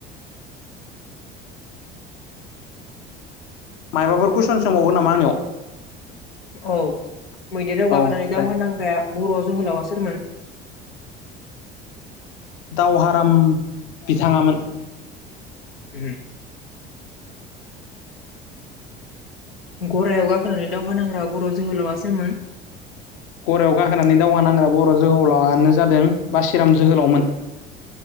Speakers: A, on the left (about 55°); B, on the left (about 75°).
A: मायबाफोर कुइसन सोंबावगोन नामा आंनियाव?
B: औ मैदेराव गाखोनानै
A: औ
B: दावहा
A: दे
B: नांग्राया बर' जोहोलावा सोरमोन?
A: दावहाराम बिथांङामोन।
B: उम। गरायाव गाखोनानै दावहा नांग्रा बर' जोहोलावआ सारमोन?
A: गरायाव गाखोनानै दावहा नांग्रा बर' जोहोलावानो जादों बासिराम जोहोलावमोन।